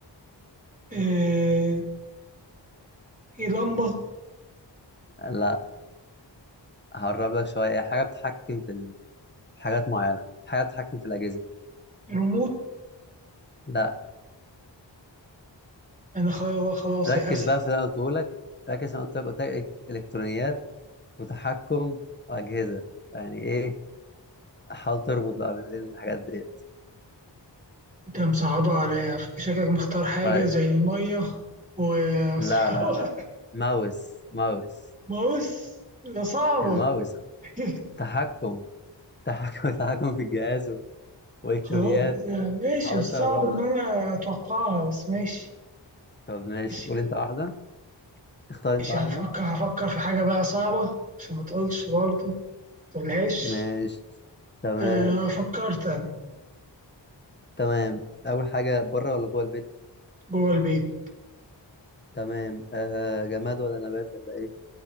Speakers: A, on the right; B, on the left.
A: آه، في لمبة
B: لا هقرب لك شويه هي حاجه بتتحكم في ال- في حاجات معينه حاجه بتتحكم في الاجهزه
A: ريموت
B: لا
A: أنا خلاص خلاص
B: ركز
A: يأست
B: بقى في اللي انا قلته لك ركز في اللي انا قلت لك قلت لك الكترونيات وتحكم اجهزه يعني ايه حاول تربط بقى بين الحاجات ديت
A: أنت مصعبة عليا شكلك مختار حاجة
B: طيب
A: زي المية وصعبة
B: لا لا لا ماوس ماوس
A: <laughs> بص ده صعبة
B: الماوس
A: <laughs>
B: تحكم تحكم <laughs> تحكم في الجهاز و- والكترونيات
A: خلاص ماشي
B: حاولت
A: الصعب
B: اقرب
A: إن
B: لك
A: أنا أتوقعها بس ماشي
B: طب ماشي
A: ماشي
B: قول انت واحده اختار انت
A: ماشي،
B: واحده
A: هفكر هفكر في حاجة بقى صعبة عشان ما تقولش برضه ما تقولهاش
B: ماشي تمام
A: آه، فكرت أنا
B: تمام اول حاجه بره ولا جوه البيت
A: جوه البيت
B: تمام آه جماد ولا نبات ولا ايه